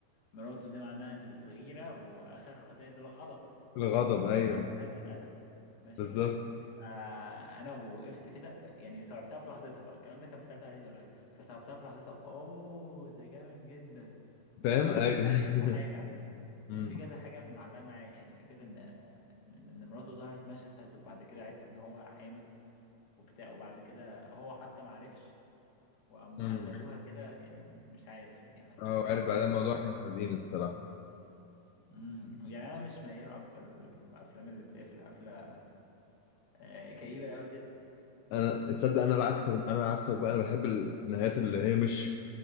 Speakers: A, on the left; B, on the left.
A: مراته ده معناه الغيره واخر خطيه ده الغضب
B: الغضب
A: اللي
B: ايوه
A: هو بقى براد بيت قتله ماشي
B: بالظبط
A: فانا وقفت كده يعني استوعبتها في لحظتها بقى الكلام ده كان في ثالثه اعدادي ولا حاجه فاستوعبتها في لحظتها اوه ده جامد جدا بس
B: فاهم
A: استرك
B: ايوه
A: حاجه
B: <laughs> مم.
A: كان في كذا حاجة معلقة معايا يعني فكرة إن إن إن مراته ظهرت مشهد وبعد كده عرف إن هو حامل وبتاع وبعد كده هو حتى معرفش وقام
B: مم.
A: قتلوها كده يعني مش عارف يعني حسيت
B: اه
A: إن
B: عارف بعدها الموضوع كان حزين الصراحه
A: مم. يعني أنا مش ميال أكتر الأفلام اللي بتقفل قفلة آه، كئيبة أوي
B: انا تصدق انا العكس انا عكسك بقى انا بحب النهايات اللي هي مش